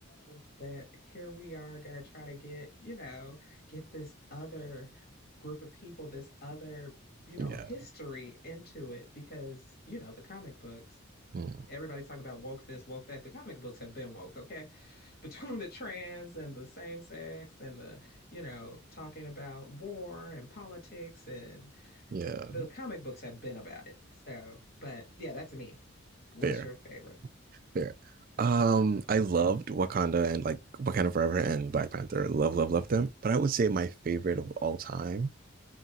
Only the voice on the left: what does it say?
loved that here we are gonna try to get, you know, get this other group of people, this other, you know,
history into it because, you know, the comic books,
everybody's talking about woke this, woke that. The comic books have been woke, okay? Between the trans and the same sex and the, you know, talking about war and politics and
the comic books have been about it. So, but yeah, that's me. What's
your favorite?
Mhm.